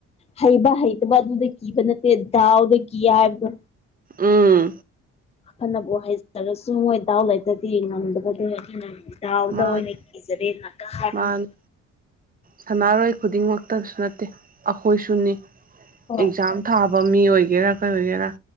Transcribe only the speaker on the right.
ꯎꯝ
ꯃꯥꯅꯦ
ꯃꯥꯅꯦ ꯁꯥꯟꯅꯔꯣꯏ ꯈꯨꯗꯤꯡꯃꯛꯇꯁꯨ ꯅꯠꯇꯦ ꯑꯩꯈꯣꯏꯁꯨꯅꯤ
ꯑꯦꯛꯖꯥꯝ ꯊꯥꯕ ꯃꯤ ꯑꯣꯏꯒꯦꯔꯥ ꯀꯩ ꯑꯣꯏꯒꯦꯔꯥ